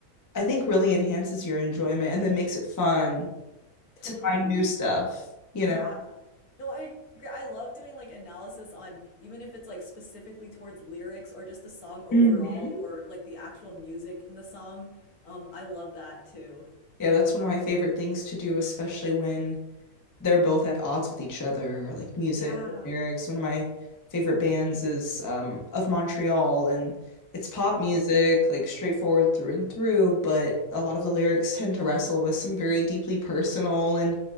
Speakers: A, on the left; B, on the left.
A: I think really enhances your enjoyment and then makes it fun
B: Totally.
A: to find new stuff, you
B: Yeah.
A: know?
B: No, I agree. I love doing like analysis on even if it's like specifically towards lyrics or just the song overall
A: hmm
B: or like the actual music in the song. Um, I love that too.
A: Yeah, that's one of my favorite things to do, especially when they're both at odds with each other, like music
B: Yeah.
A: and lyrics. One of my favorite bands is um of Montreal and it's pop music,
B: Oh,
A: like straightforward through and through, but a lot of the lyrics tend to wrestle with some very deeply personal and